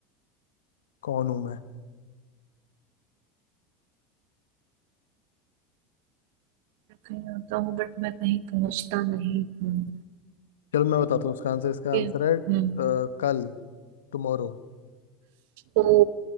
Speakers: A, on the left; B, on the right.
A: कौन हूं मैं
B: मैं कहीं आता हूँ बट मैं कहीं पहुंचता नहीं हूँ
A: चलो मैं बताता हूँ इसका आंसर इसका
B: ये-
A: आंसल है अ,
B: हम्म
A: कल टुमारो
B: ओ